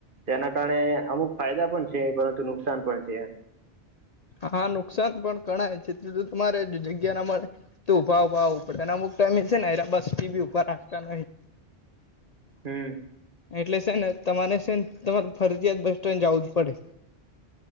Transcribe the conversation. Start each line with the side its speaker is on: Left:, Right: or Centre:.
Right: તેના કારણે અમુક ફાયદા પણ છે, પરંતુ નુકસાન પણ છે.
Left: હા નુકસાન પણ ઘણાય છે, એટલે તમારે જગ્યા ના મળે તો ઉભા ઉભા આવવું પડે એ અમુક ટાઈમ છે, નેરા બસી બી ઉપભા રાખતા નહી
Right: હમ.
Left: એટલે છે, ને તમારે છે, તમારે ફરજીયાત બસ સ્ટેન્ડ જવું જ પડે